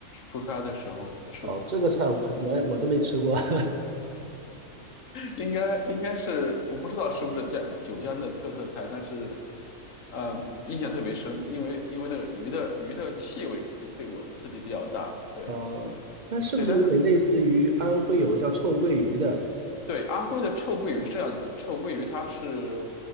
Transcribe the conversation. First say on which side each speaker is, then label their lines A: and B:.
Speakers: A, on the left; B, on the right.
A: 出差的时候是，
B: 哦，这个菜我看我也我都没吃过。<laughs>
A: 应该应该是我不知道是不是江九江的特色菜，但是呃印象特别深，因为因为那个鱼的鱼的气味就对我刺激比较大，对
B: 哦，它是不是有点类似于安徽有个叫臭鳜鱼的？
A: 对，但是对，安徽的臭鳜鱼是这样子的，臭鳜鱼它是，